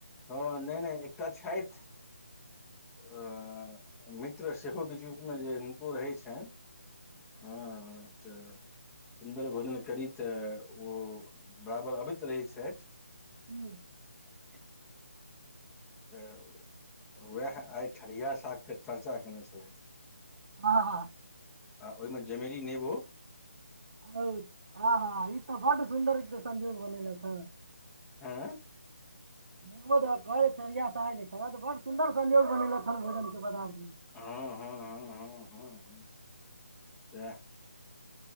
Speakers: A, in the centre; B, on the right.
A: हँ नैय नैय एकटा छैथ अऽ मित्र सेहो बीच बीचमे जे हिुनको रहै छैन हँ तऽ सुन्दर भोजन करी तऽ ओ बराबर अबैत रहै छैथ
B: <inaudible>
A: तऽ उएह आइ ठरिया सागके चर्चा कैनै छलैथ
B: हँ हँ
A: आ ओइमे जमेरी नेबो
B: हौव हं हं इ तऽ बड सुन्दर इ तऽ संजोग बनैलैथ हँ
A: हँ
B: नेमो द कऽ ढरिया साग कऽ त बड़ सुन्दर संजोग बनेलक हन भोजन क पदार्थ म
A: हँ हँ हं हं हँ ह ह सेह